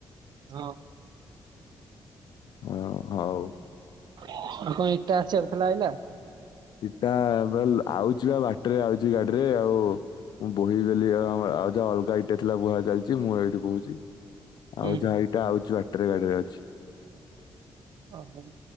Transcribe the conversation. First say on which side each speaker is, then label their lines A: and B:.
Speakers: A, on the right; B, on the left.
A: ହଁ।
B: ହଁ ହଉ।
A: ଆଉ କଣ ଇଟା ଆସିବାର ଥିଲା ଆଇଲା?
B: ଇଟା ବାଲ୍ ଆଉଛି ବା ବାଟରେ ଆଉଛି ଗାଡିରେ ଆଉ ମୁଁ ବୋହିଦେଲି ଆ ଆଉ ଯାହା ଅଲଗା ଇଟା ଥିଲା ବୁହା ଚାଲିଛି ମୁଁ ଏଇଠୁ ବହୁଛି।
A: ହୁଁ
B: ଆଉ ଯାହା ଇଟା ଆଉଛି ବାଟରେ ଗାଡିରେ ଅଛି।
A: ଓହୋ